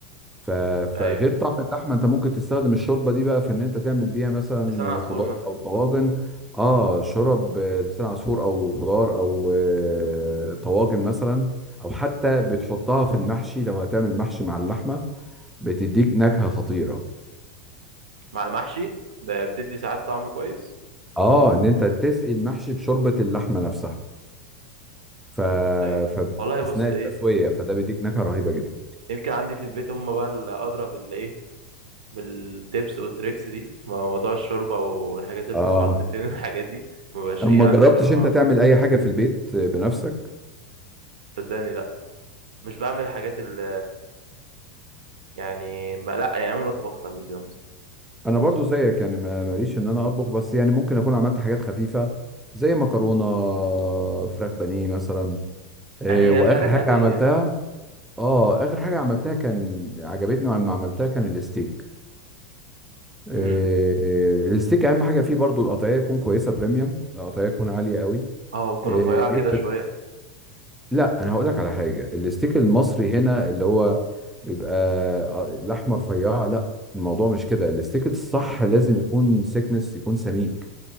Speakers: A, in the centre; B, on the right.
A: ف... فغير
B: ايوه
A: طعم اللحمه انت ممكن تستخدم الشوربه دي بقى في ان انت تعمل بيها مثلا
B: لسان عصفور
A: خضار
B: مثلا
A: او طواجن اه شرب آه، لسان عصفور او خضار او آه، طواجن مثلا او حتى بتحطها في المحشي لو هتعمل محشي مع اللحمه بتديك نكهه خطيره
B: مع المحشي ب- بتدي ساعات طعم كويس
A: اه ان انت تسقي المحشي بشوربه اللحمه نفسها ف...
B: ايوه
A: ف
B: والله
A: اثناء
B: بص
A: التسويه
B: ايه
A: فده بيديك نكهه رهيبه جدا
B: يمكن عندي في البيت هم بقى اللي ادرى بال ايه بالتيبس والتريكس دي موضوع الشوربه والحاجات اللي
A: اه
B: بتتحط فين <laughs> الحاجات دي ما بقاش
A: ما
B: ايه عندي
A: جربتش
B: خبره معاها
A: انت تعمل اي حاجه في البيت بنفسك
B: صدقني لا مش بعمل حاجات ال يعني ما لا يعني عمري ما طبخت قبل كده مثلا
A: انا برضو زيك يعني ما- ماليش ان انا اطبخ بس يعني ممكن اكون عملت حاجات خفيفه زي مكرونه فراخ بانيه مثلا إيه
B: يعني
A: واخر
B: حاجات
A: حاجه
B: عاديه
A: عملتها اه اخر حاجه عملتها كان عجبتني لما عملتها كان الستيك إيه
B: امم
A: الستيك اهم حاجه فيه برضو القطعيه تكون كويسه بريميوم القطعيه تكون عاليه قوي
B: اه وتكون
A: إيه
B: رفيعه
A: جبت
B: كده شويه
A: لا انا هقول لك على حاجه الستيك
B: امم
A: المصري هنا اللي هو بيبقى آه، الاحمر رفيع لا الموضوع مش كده الستيك الصح
B: امم
A: لازم يكون سيكنس يكون سميك